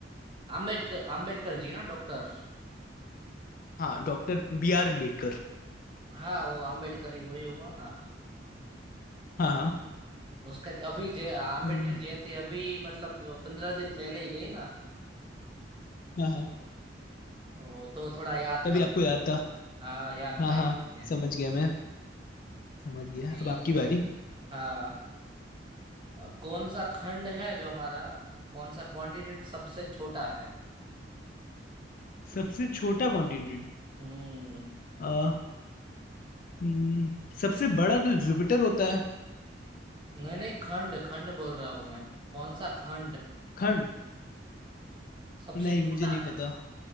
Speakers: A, on the right; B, on the left.
A: आम्बेडकर आम्बेडकर जी ना डॉक्टर
B: हाँ डॉक्टर बी आर अम्बेडकर
A: हाँ वो आम्बेडकर ही वही हुआ ना
B: हाँ हाँ
A: उसका अभी जय अम्बेडकर
B: वही।
A: जयंती अभी मतलब पंद्रह दिन पहले ही गई ना
B: हाँ हाँ
A: वो तो थोड़ा याद
B: तभी
A: था मुझे।
B: आपको याद था
A: हाँ याद
B: हाँ
A: था इसलिए
B: हाँ समझ गया मैं समझ गया
A: भी,
B: अब आपकी बारी
A: हाँ अ, कौन सा खंड है जो हमारा कौन सा कॉन्टिनेंट सबसे छोटा है
B: सबसे छोटा कॉन्टिनेंट
A: हम्म
B: आ, हम्म, सबसे बड़ा तो जुपिटर होता है
A: नहीं नहीं खंड खंड बोल रहा हूँ मैं कौन सा खंड
B: खंड
A: सबसे
B: नहीं
A: छोटा
B: मुझे नहीं
A: है
B: पता